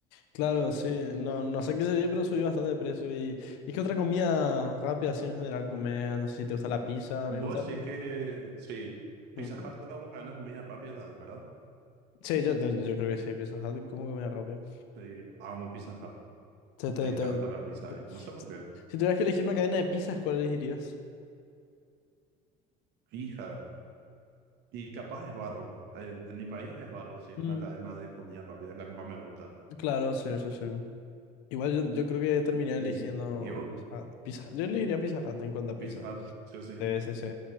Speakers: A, on the left; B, on the right.
A: claro, sí, no, no sé qué sería, pero subió bastante de precio. ¿Y, y qué otra comida rápida así en general comer? No sé si te gusta la pizza, a mí
B: Vos
A: me gusta.
B: sí que, sí, Pizza
A: Ujú.
B: Hut, cuando vos ganas comida rápida, ¿verdad?
A: Sí, yo, te- yo creo que sí, Pizza Hut, ¿cómo que me da rápido?
B: Sí, amo Pizza Hut.
A: Te- te-
B: Me encanta
A: te-
B: la pizza.
A: te-
B: ahí. No sé por qué.
A: Si tuvieras que elegir una cadena de pizzas, ¿cuál elegirías?
B: Fija. Y capaz es barro. En, en mi país es barro, sí,
A: Mm,
B: una cadena de comida rápida es la que más me gusta.
A: claro, sí, sí, sí. Igual yo, yo creo que terminaría
B: Y,
A: eligiendo
B: digo
A: Pizza Hut. Pizza- yo elegiría Pizza Hut en cuanto a pizza.
B: Pizza Hut, sí o sí.
A: Sí, sí, sí.